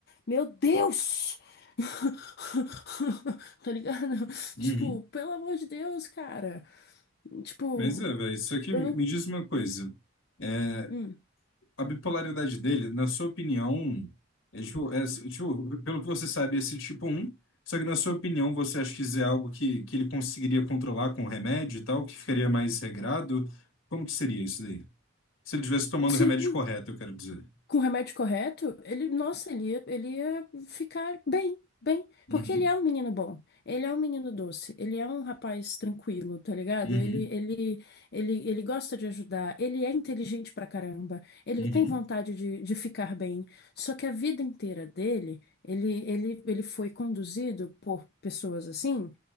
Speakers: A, on the left; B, on the left.
A: Meu Deus! <laughs> Tá ligado?
B: uhum.
A: Tipo, pelo amor de Deus, cara. Tipo,
B: Mas é, velho, isso aqui
A: eu
B: me
A: não.
B: diz uma coisa. É,
A: Hum.
B: A bipolaridade dele, na sua opinião, é tipo, é, tipo, pelo que você sabe, é esse tipo um. só que na sua opinião, você acha que isso é algo que, que ele conseguiria controlar com remédio e tal, que ficaria mais regrado? Como que seria isso daí? Se ele estivesse tomando
A: Sim.
B: o remédio correto, eu quero dizer.
A: com o remédio correto, ele, nossa, ele ia, ele ia ficar bem, bem,
B: Uhum,
A: porque ele é um menino bom, ele é um menino doce, ele é um rapaz tranquilo, tá ligado?
B: uhum,
A: Ele, ele, ele, ele gosta de ajudar, ele é inteligente pra caramba, ele
B: uhum.
A: tem vontade de, de ficar bem, só que a vida inteira dele, ele, ele, ele foi conduzido por pessoas assim,